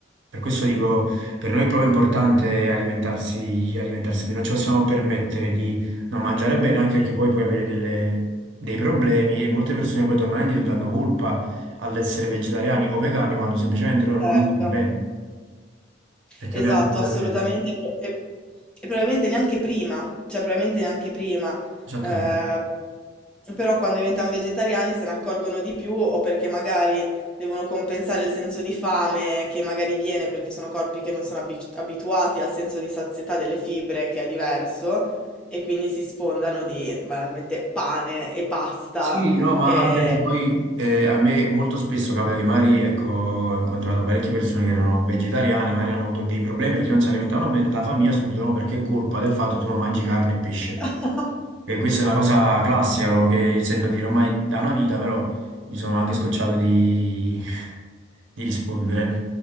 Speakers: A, on the right; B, in the centre.
A: Per questo dico, per noi è proprio importante alimentarsi, alimentarsi bene, non ci possiamo permettere non mangiare bene anche perché poi puoi avere delle- dei problemi e molte persone poi tornano indietro dando colpa all'essere vegetariani o vegani quando semplicemente loro
B: Certo.
A: non mangiano bene. Perché
B: Esatto,
A: ovviamente puoi
B: assolutamente.
A: avere...
B: E, pro- e- e probabilmente neanche prima, cioè probabilmente neanche prima.
A: Esattamente.
B: eh, però quando diventano vegetariani se ne accorgono di più o perché magari devono compensare il senso di fame che magari viene perché sono corpi che non sono abi- abituati al senso di sazietà delle fibre che è diverso e quindi si sfondano di banalmente pane e pasta.
A: Sì, no, ma
B: E...
A: anche perché poi eh, a me molto spesso capita che magari, ecco, ho incontrato parecchie persone che erano vegetariane, magari hanno avuto dei problemi perché non si alimentavano bene, la famiglia subito, no, perché è colpa del fatto che tu non mangi carne e pesce.
B: <laughs>
A: E questa è la cosa classica proprio che sento dire ormai da una vita, però mi sono anche scocciato di, <laughs> di rispondere.